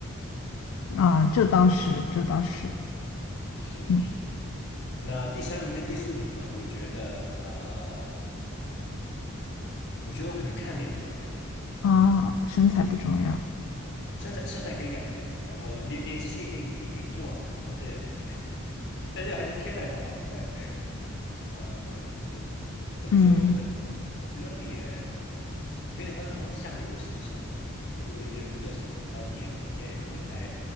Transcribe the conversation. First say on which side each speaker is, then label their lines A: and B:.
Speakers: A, on the left; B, on the left.
A: 啊，这倒是，这倒是，
B: 是是。
A: 嗯，
B: 那第三名跟第四名嘛，我觉得呃，我觉得我可能看脸多一点。
A: 啊，身材不重要，
B: 身材身材可以改变，然后脸脸其实也可以也可以做啦，但是 <laughs> 但是还是天然的好。<laughs> 呃，<clears throat> 怎么说？
A: 嗯，
B: 我觉得我觉得脸有点像那种相由心生的感觉，就是如果一个人个性好，他的脸应该也不会太